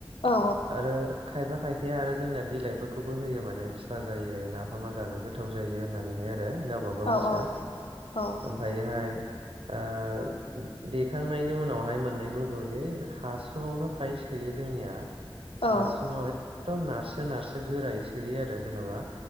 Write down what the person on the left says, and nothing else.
औ
औ
औ
औ